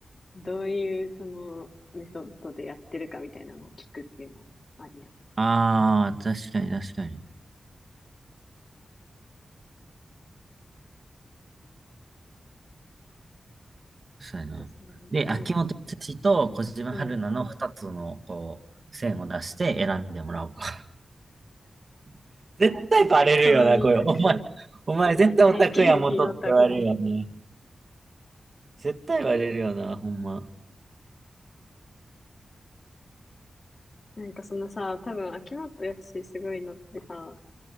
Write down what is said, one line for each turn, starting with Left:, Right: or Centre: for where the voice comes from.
Left: どういうそのメソッドでやってるかみたいなのを聞くっていうのもありやん。あ
Right: ああ、確かに確かに。そうやな。
Left: とその、
Right: で、
Left: なんかさ、
Right: 秋元康と小島春菜の二つの、
Left: うん、
Right: こう、線を出して選んでもらおうか。<laughs> 絶対バレるよな、
Left: その2択。
Right: これ。お前、<laughs> お前絶対オタクや元って言われるよな。
Left: AKB オタク。
Right: 絶対バレるよな、ほんま。
Left: なんかそのさ、多分秋元康すごいのってさ、